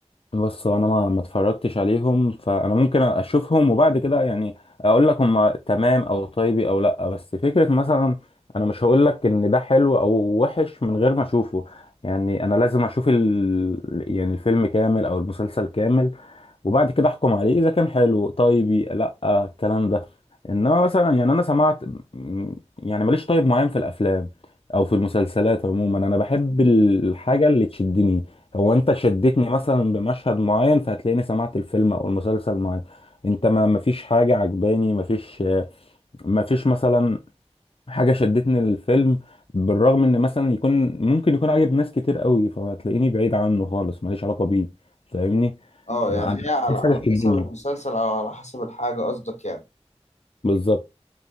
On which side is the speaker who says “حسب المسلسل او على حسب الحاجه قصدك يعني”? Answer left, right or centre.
Left